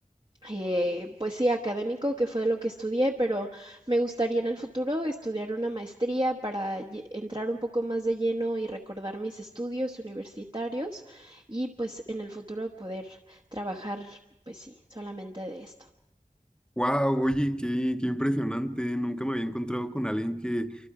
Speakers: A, on the right; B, in the centre.
A: eh, pues sí, académico, que fue lo que estudié, pero me gustaría en el futuro estudiar una maestría para lle- entrar un poco más de lleno y recordar mis estudios universitarios y pues en el futuro poder trabajar, pues sí, solamente de esto.
B: Wow, oye, qué, qué impresionante. Nunca me había encontrado con alguien que